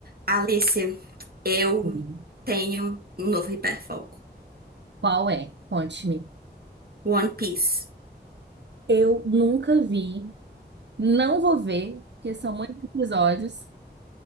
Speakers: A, on the right; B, on the right.
A: Alice, eu
B: Sim.
A: tenho um novo hiperfoco.
B: Qual é? Conte-me.
A: One Piece.
B: Eu nunca vi, não vou ver, porque são muitos episódios,